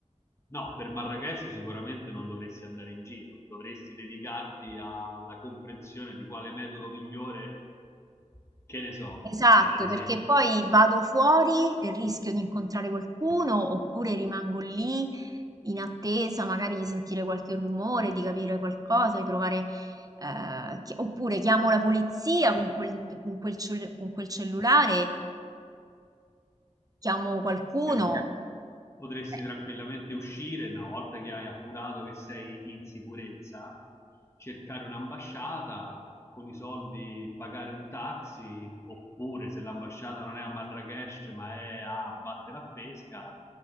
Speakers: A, on the left; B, on the right.
A: No, per Marrakesh sicuramente non dovresti andare in giro, dovresti dedicarti alla comprensione di quale metodo migliore, che ne so,
B: Esatto,
A: eh, ad esempio.
B: perché poi vado fuori e rischio di incontrare qualcuno oppure rimango lì in attesa magari di sentire qualche rumore, di capire qualcosa, di provare, eh, chi- oppure chiamo la polizia con quel, con quel cell- con quel cellulare, chiamo qualcuno,
A: Perché no? Potresti
B: eh,
A: tranquillamente uscire, una volta che hai appurato che sei in sicurezza, cercare un'ambasciata, con i soldi pagare un taxi, oppure se l'ambasciata non è a Marrakech ma è a Batte la Pesca,